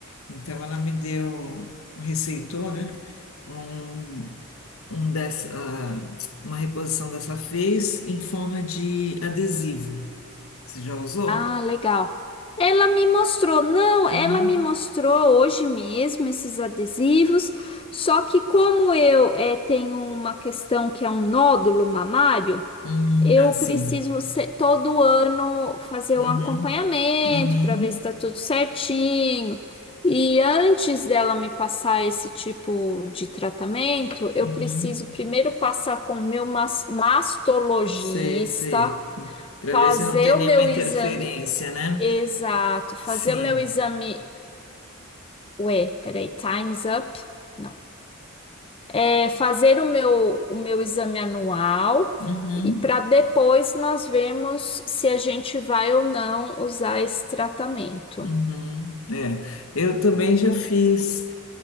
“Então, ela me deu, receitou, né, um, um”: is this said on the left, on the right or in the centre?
Left